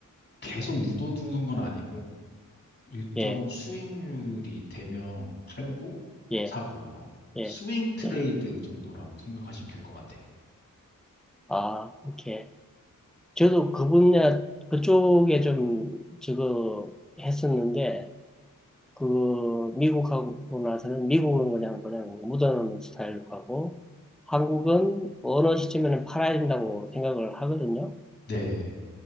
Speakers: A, on the left; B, in the centre.
A: 계속 묻어두는 건 아니고, 일정
B: 예,
A: 수익률이 되면 팔고,
B: 예,
A: 사고, 뭐,
B: 예.
A: 스윙 트레이드
B: 예.
A: 정도라고 생각하시면 될 것 같아요.
B: 아, 이렇게. 저도 그 분야, 그쪽에 좀, 저거, 했었는데, 그, 미국하고 나서는, 미국은 그냥, 그냥 묻어놓는 스타일로 가고, 한국은 어느 시점에는 팔아야 된다고 생각을 하거든요.
A: 네.